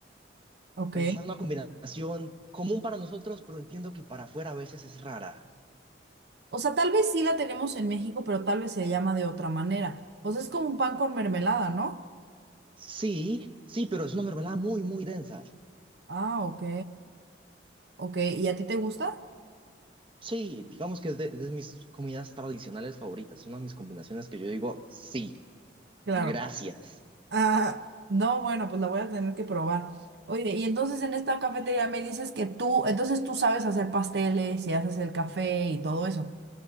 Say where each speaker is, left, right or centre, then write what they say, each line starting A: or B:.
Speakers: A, on the right; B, on the right.
A: ok.
B: Esa es una combinación común para nosotros, pero entiendo que para afuera a veces es rara.
A: O sea, tal vez sí la tenemos en México, pero tal vez se llama de otra manera. O sea, es como un pan con mermelada, ¿no?
B: Sí, sí, pero es una mermelada muy, muy densa.
A: Ah, ok, ok. ¿Y a ti te gusta?
B: Sí, digamos que es de, de mis comidas tradicionales favoritas, una de mis combinaciones que yo digo, sí,
A: Claro.
B: gracias.
A: Ah, no, bueno, pues la voy a tener que probar. Oye, y entonces en esta cafetería me dices que tú, entonces tú sabes hacer pasteles y haces el café y todo eso.